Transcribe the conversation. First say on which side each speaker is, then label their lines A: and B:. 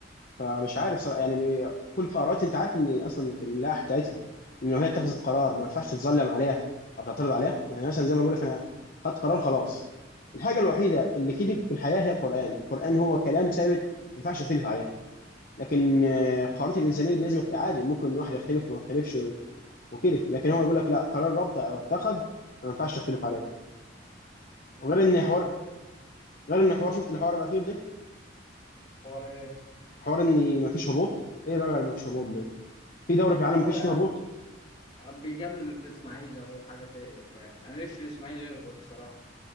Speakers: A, on the left (about 50°); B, on the left (about 30°).
A: فمش عارف صراحه يعني بي- كل قرارات انت عارف ان اصلا في اللائحه بتاعتها ان هي اتخذت قرار ما ينفعش تتظلم عليها او تعترض عليها يعني مثلا زي ما بقول لك انا خدت قرار خلاص الحاجه الوحيده اللي كده في الحياه هي القران القران هو كلام ثابت ما ينفعش تختلف عليه لكن آه، القرارات الانسانيه دي لازم تبقى عادي ممكن واحد يختلف وما يختلفش وكده لكن هو يقول لك لا قرار ربط او اتخذ ما ينفعش تختلف عليه
B: ماشي
A: وغير ان حوار
B: ممكن
A: غير ان حوار شفت الحوار الاخير ده
B: هو ليه؟
A: حوار ان ما فيش هبوط ايه بقى ما فيش هبوط ده في دوري في العالم
B: ما هو
A: ما فيش
B: يا
A: فيه هبوط
B: عم بيجامل الاسماعيلي اهو حاجه تقرف يعني انا نفسي الاسماعيلي يهبط الصراحه